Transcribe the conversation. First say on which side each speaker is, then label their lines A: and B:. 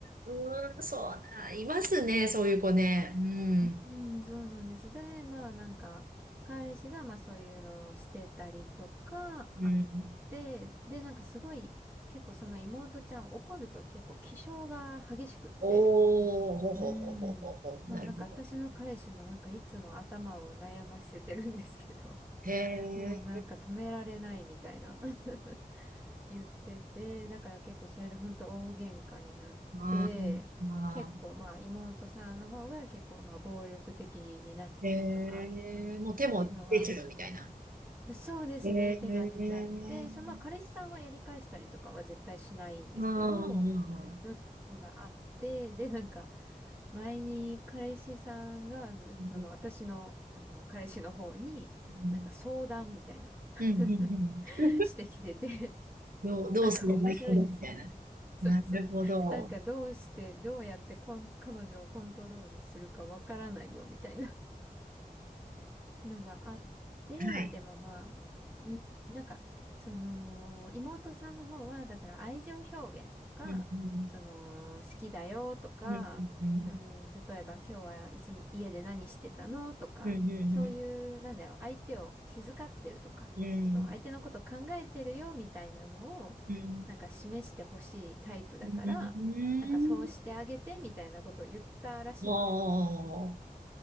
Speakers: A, on the right; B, on the right.
A: ー、うーん、そうだ、いますね、そういう子ね。うん。
B: うん、そうなんです。で、まあなんか、彼氏がまあそういうのをしてたりとかあって、
A: うん。
B: で、なんかすごい、結構その妹ちゃん怒ると結構気性が激しくって、
A: おおほほほほほほなるほど
B: うーん。もうなんか私の彼氏もなんかいつも頭を悩ませてるんですけど、<laughs>
A: へえ
B: もうなんか止められないみたいな <laughs> 言ってて、だから結構それでほんと大喧嘩になって、
A: まあ
B: 結構まあ妹さんの方が結構まあ暴力的になったりとか
A: ええもう手も出ちゃうみたいな
B: いうのが、そうですね、
A: ええ
B: 手が出ちゃって、そ、まあ彼氏さんはやり返したりとかは絶対しないんですけど、
A: まあうん
B: うんのがあって、で、なんか、前に彼氏さんが、
A: う
B: その、私の、あの、彼氏の方に、
A: ん
B: なんか相談みたいな、
A: うんうんうんうんうん
B: <laughs> してきてて
A: どうどうすればいいみたいな
B: なんか面白いですよね。そうそう。
A: なるほど
B: なんかどうして、どうやってコン彼女をコントロールするかわからないよ、みたいな。のがあって、
A: はい
B: でもまあ、うん。なんか、その、妹さんの方は、だから愛情表現とか、
A: うんうん
B: その、好きだよとか、
A: うんうん
B: うん、例えば今日は一日家で何してたのとか、
A: うん
B: そういう、なんだろう、相手を気遣ってるとか、
A: うんうんうん
B: そう、相手のこと考えてるよみたいなのを、
A: うん
B: なんか示してほしいタイプだから、
A: うんうん
B: なんかそうしてあげてみたいなことを言ったらしいんですね。
A: おお